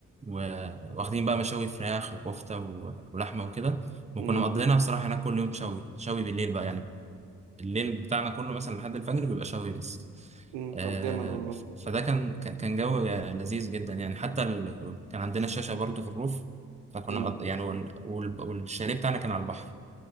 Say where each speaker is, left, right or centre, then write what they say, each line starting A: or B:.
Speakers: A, on the right; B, on the right.
A: و... واخدين بقى مشاوي فراخ وكفته و... ولحمه وكده وكنا
B: امم
A: مقضينا بصراحه هناك كل يوم شوي شوي بالليل بقى يعني الليل بتاعنا كله مثلا لحد الفجر بيبقى شوي بس
B: امم
A: آه...
B: طب جامد والله
A: فده كان كان كان جو لذيذ جدا يعني حتى ال... كان عندنا شاشه برضو في الروف فكنا
B: امم
A: مقض... يعني وال... وال... والشاليه بتاعنا كان على البحر